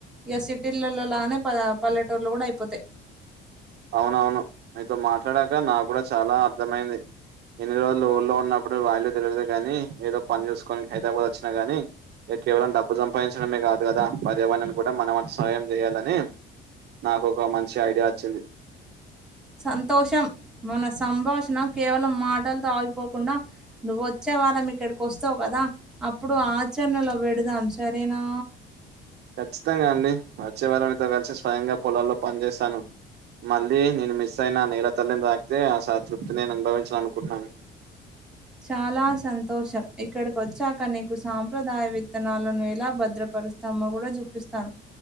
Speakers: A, in the centre; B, on the right (about 55°).
A: ఇక సిటీలలోలానే ప పల్లెటూరులో కూడా అయిపోతాయి
B: అవునవును నీతో మాట్లాడాక నా కూడా చాలా అర్థమైంది ఎన్ని రోజులు ఊళ్ళో ఉన్నప్పుడు వాల్యూ తెలియదు కాని ఏదో పని చూసుకోని హైదరాబాద్ వచ్చినా గానీ కేవలం డబ్బు సంపాదించడం మీ కాదు లేదా పర్యావరణం కూడా మనం వంతు సాయం చేయాలని నాకు ఒక మంచి ఐడియా వచ్చింది
A: సంతోషం మన సంభాషణ కేవలం మాటలతో ఆగిపోకుండా నువ్వచ్చే వారం ఇక్కడికి వస్తావు కదా అప్పుడు ఆచరణలో పెడదాం సరేనా
B: ఖచ్చితంగా అండి వచ్చే వారం మీతో కలిసి స్వయంగా పొలాల్లో పని చేస్తాను మళ్ళీ నేను మిస్ అయిన నేల తల్లిని తాగితే ఆస తృప్తి నేను అనుభవించాల అనుకుంటున్నాను
A: చాలా సంతోషం ఇక్కడికి వచ్చాక నీకు సాంప్రదాయ విత్తనాలను ఎలా భద్రపడ పరుస్తామ కూడా చూపిస్తాను